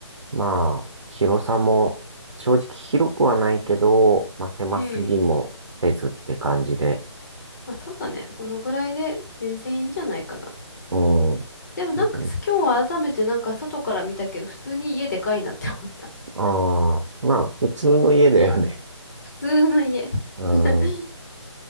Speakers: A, on the right (about 70°); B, on the left (about 35°).
A: まあ、広さも、正直広くはないけど、まあ、狭すぎもせずって感じで。
B: うん。まあ、そうだね。このぐらいで全然いいんじゃないかな。
A: うん。
B: でもなんか、
A: そうだね。
B: す今日は改めてなんか外から見たけど、普通に家でかいなって思った。
A: ああ、まあ、普通の家だよね。
B: <laughs> 普通の家。
A: うん。
B: <laughs>